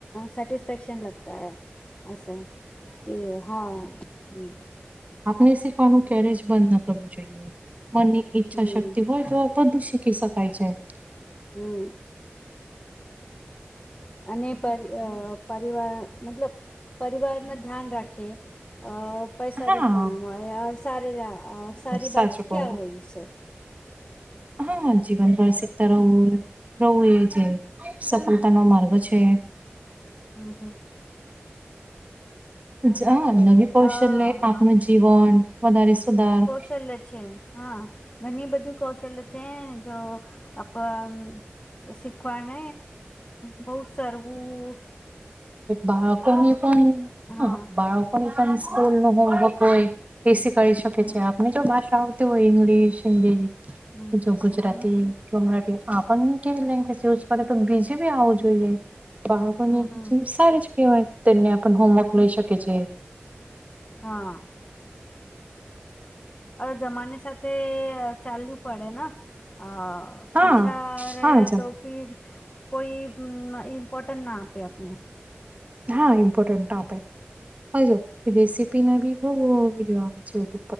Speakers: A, on the left; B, on the right.
A: સેટિસ્ફેક્શન લગતા હૈ- - કે હા હ- -
B: આપને શીખવાનું ક્યારે જ બંધ ના કરવું જોઈએ મનની ઈચ્છા
A: હમ
B: શક્તિ હોય, તો- - બધું શકી શકાાય છે.
A: હમ. અને પર પરિવાર મતલબ પરિવાર ન ધ્યાન રાખે- - અ પૈસા
B: હા
A: ભી કામવાયા સાર લ સારી
B: સાચું
A: બાત
B: કહો
A: ક્યા હોય- -
B: હા હા જીવનભર
A: હમ
B: શીખતા રહવું. રહવું એ છે સફળતા નો માર્ગ છે.
A: હમ હમ.
B: હ
A: ના
B: નવી, કૌશલ્ય
A: આ
B: આપનું જીવન વધારે સુધાર- -
A: ચલે છે. હા ઘણી બધી કૌશલ્ય છે જો આપ- - શીખવા હ બહ સરવું- -
B: બાર ક નિ પણમ
A: હા
B: હ બાર- - કોઈ પણ સ્કૂલ
A: હમ
B: નું હોમવર્ક હોય એસી કરી શકે
A: હમ
B: છે આપ- - હમે જો ભાષાઓતી હોય ઇગ્લિશ હિન્દી
A: હમ
B: જો ગુજરાતી-
A: હમ હમ
B: - મરાઠી આપણ કેવી લેંગ્વેજ યુઝ કરે તો બીજી બી આવું જોઈએ. બાળકોને
A: હમ હમ
B: સાર જ કેહેવાય તેમને આપ હોમવર્ક લઈ શકે છે.
A: હા. જમાની સાથે ચાલ્યું- - પડે ના અ
B: હા
A: પીછા રહે
B: હા જ
A: તો- - ફર કોઈ મ્પોર્ટન ના આપે આપને- -
B: હા, ઇમ્પોર્ટન્ટ ટપે હ જો ર- - બી બહ છેપ,